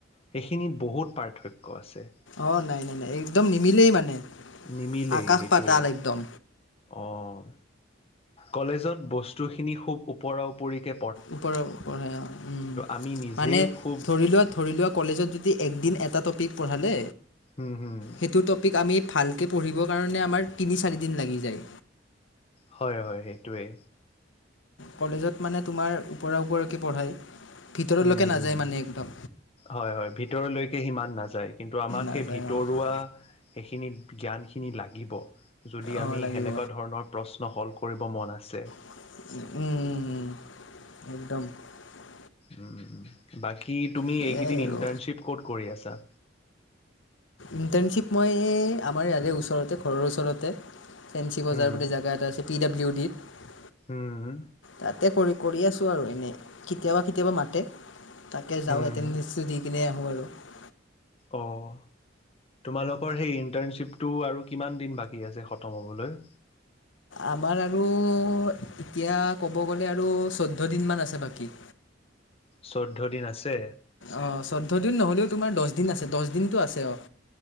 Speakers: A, on the left (about 30°); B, on the left (about 75°).
A: সেইখিনিত বহুত পাৰ্থক্য আছে।
B: অঁ নাই নাই একদম নিমিলেই মানে।
A: নিমিলেই,
B: আকাশ
A: সেইটোৱে।
B: পাতাল একদম
A: অঁ', কলেজত বস্তুখিনি খুব ওপৰা-ওপৰিকে
B: ওপৰৰ পৰা উম
A: আমি নিজেই
B: মানে
A: খুব
B: ধৰি লোৱা ধৰি লোৱা কলেজত যদি একদিন এ এটা টপিক পঢ়ালে
A: হুম হুম
B: সেইটো টপিক আমি ভালকৈ পঢ়িবৰ কাৰণে আমাৰ তিনি চাৰিদিন লাগি যায়।
A: হয়, হয়। সেইটোৱেই।
B: কলেজত মানে তোমাৰ ওপৰা ওপৰেকে পঢ়ায়। ভিতৰলৈকে
A: উম
B: নাযায়
A: হম
B: মানে একদম।
A: হয় হয় ভিতৰলৈকে সিমান নাযায় কিন্তু আমাক
B: নাযায়
A: সেই ভিতৰুৱা
B: অ'।
A: হে। খিনিত জ্ঞানখিনি লাগিব। যদি
B: অঁ
A: আমি
B: লাগিব।
A: সেনেকুৱা ধৰণৰ প্ৰচ ন হল কৰিব মন আছে।
B: উম উম উম একদম
A: উম উম উম বাকী। কি তুমি
B: সেয়াই
A: এইকেইদিন ইণ্টাৰ্ণশ্বিপ
B: আৰু।
A: ক'ত কৰি আছা
B: ইণ্টাৰণশ্বিপ মই আমাৰ ইয়াতে ওচৰতে কৰো ওচৰতে। ফেঞ্চি
A: হুম
B: বজাৰৰ বুলি জোগা এটা আচে। পি ডাব্লিউ ডিত।
A: হুম
B: তাতে কৰি কৰি আছো আৰু এনেই কেতিয়াবা কেতিয়াবা মাতে তাকে
A: হুম
B: যাও এতেন নিশ্চ দি কিনে আহোঁ আৰু।
A: অ' তোমালোকৰ সেই ইটাৰশ্বিপ টো আৰু কিমান দিন বাকী আছে খতম হ'বলৈ।
B: আমাৰ আৰু এতিয়া ক'ব গ'লে আৰু চৈয়দ দিন মমান আছে বাকী।
A: চৈধ্য দিন আছে
B: অ চৈধ্য় দিন নহলেও তোমাৰ দহ দিন আছে দহ দিনতটো আছে অ।